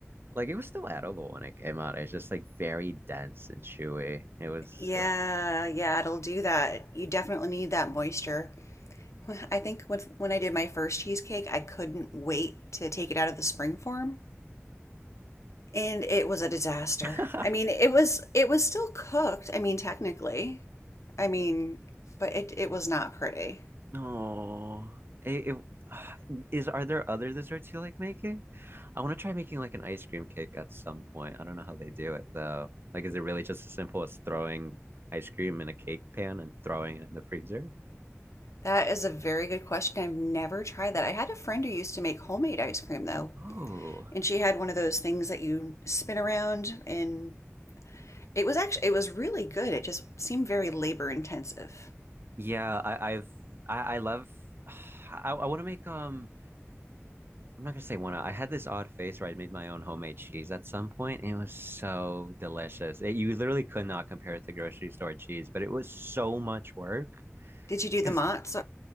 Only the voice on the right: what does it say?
Like it was still edible when it came out. It's just like very dense and chewy. It was
it
was.
<laughs>
No, it, it- <sighs> is. Are there other desserts you like making? I want to try making like an ice cream cake at some point. I don't know how they do it though. Like, is it really just as simple as throwing ice cream in a cake pan and throwing it in the freezer?
Oh,
yeah. I, I've I, I love. <sighs> I, I want to make um. I'm not gonna say wanna. I had this odd phase where I made my own homemade cheese at some point, and it was so delicious. It, you literally could not compare it to grocery store cheese, but it was so much work
because